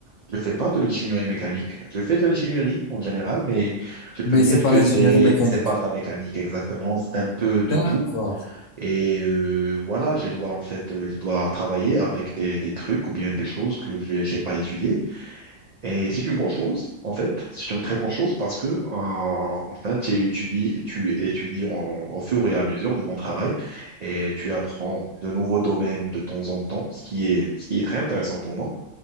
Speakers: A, on the right (about 80°); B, on the left (about 80°).
A: Je fais pas de l'ingénierie mécanique. Je fais de l'ingénierie en général, mais je peux
B: Mais
A: dire
B: c'est pas
A: que
B: l'ingénierie
A: c'est
B: mécanique.
A: c'est pas de la mécanique exactement. C'est un peu
B: D'accord.
A: de tout. Et euh, voilà, je dois en fait, euh, je dois travailler avec des, des trucs ou bien des choses que j'ai j'ai pas étudiées. Et c'est une bonne chose, en fait. C'est une très bonne chose parce que, euh, enfin, tu étudies, tu étudies en- au fur et à mesure de ton travail et tu apprends de nouveaux domaines de temps en temps, ce qui est, ce qui est très intéressant pour moi.